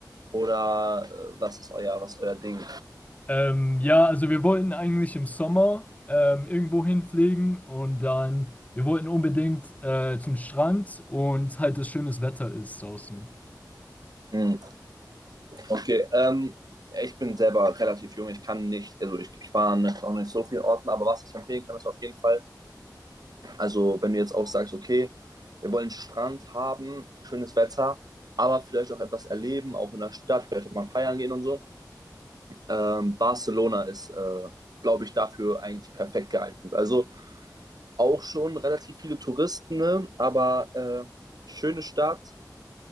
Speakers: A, on the right; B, on the left.
A: oder äh, was ist euer, was ist euer Ding?
B: Ähm, ja, also wir wollten eigentlich im Sommer ähm, irgendwo hinfliegen und dann, wir wollten unbedingt äh, zum Strand und halt das schönes Wetter ist draußen.
A: Hm, okay, ähm, ich bin selber relativ jung, ich kann nicht, also ich, ich war noch nicht so vielen Orten, aber was ich empfehlen kann, ist auf jeden Fall Also, wenn du jetzt auch sagst, okay, wir wollen Strand haben, schönes Wetter, aber vielleicht auch etwas erleben, auch in der Stadt, vielleicht auch mal feiern gehen und so. Ähm, Barcelona ist, äh, glaube ich, dafür eigentlich perfekt geeignet. Also auch schon relativ viele Touristen, ne? aber äh, schöne Stadt,